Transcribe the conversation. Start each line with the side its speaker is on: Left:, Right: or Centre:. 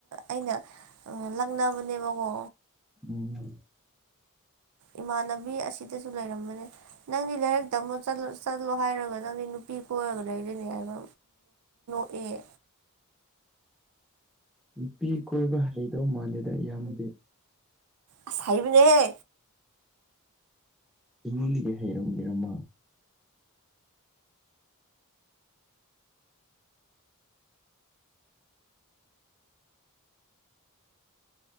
Right: ꯑꯩꯅ ꯂꯛꯅꯕꯅꯦꯕꯀꯣ
Centre: ꯎꯝ
Right: ꯏꯃꯥꯟꯅꯕꯤ ꯑꯁꯤꯗꯁꯨ ꯂꯩꯔꯝꯕꯅꯦ ꯅꯪꯗꯤ ꯂꯥꯏꯔꯤꯛ ꯇꯝꯕ ꯆꯠꯂꯨ ꯆꯠꯂꯣ ꯍꯥꯏꯔꯒ ꯅꯪꯗꯤ ꯅꯨꯄꯤ ꯀꯣꯏꯔꯒ ꯂꯩꯔꯤꯅꯦ ꯍꯥꯏꯕ ꯑꯦ
Centre: ꯅꯨꯄꯤ ꯀꯣꯏꯕ ꯍꯩꯇꯕꯥ ꯃꯥꯟꯂꯦꯗ ꯏꯌꯥꯝꯕꯗꯤ
Right: ꯏꯁ ꯍꯩꯕꯅꯤꯍꯦ
Centre: ꯑꯩꯒꯣꯟꯗꯒꯤ ꯍꯩꯔꯝꯒꯔꯃ